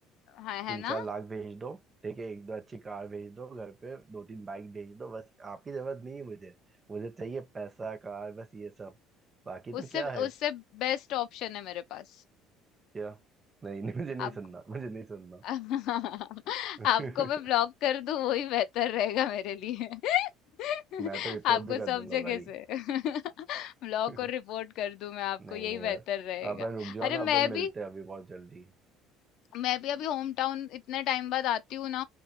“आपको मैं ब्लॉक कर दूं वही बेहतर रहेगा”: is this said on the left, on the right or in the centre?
Left